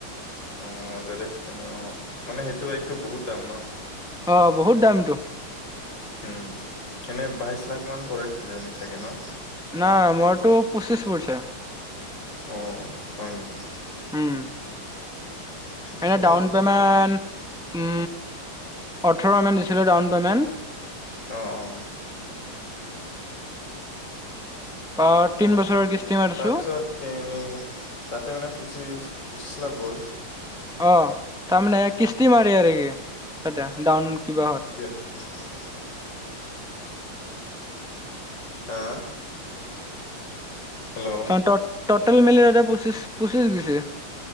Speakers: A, on the left; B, in the centre.
A: অ জেডেক্সটেনাৰ অ মানে সেইটো বাইকটো বহুত দাম ন
B: অঁ বহুত দামটো
A: উম এনেই বাইশ লাখ মান পৰে কিজানি চাগে ন
B: নাই মইৰটো পঁচিছ পৰিছে
A: অ হয় নেকি
B: উম
A: ঠিকে
B: এনে ডাউন
A: আছে
B: পেমেণ্ট উ ওঠৰৰ মান দিছিলো ডাউন পেমেণ্ট
A: অ অ
B: অ তিন
A: অ',
B: বছৰৰ কিস্তি মাৰিছো
A: তাৰপিছত এ তাতে মানে পুচিছ পঁচিছ লাখ গ'ল
B: অ তাৰমানে কিস্তি মাৰি আৰু কি তাতে ডাৱন কিবাহত
A: <inaudible> হাআ হেল্ল'
B: অ টোটেল মিলাই মেলি এ পচিছ পঁচিছ গছে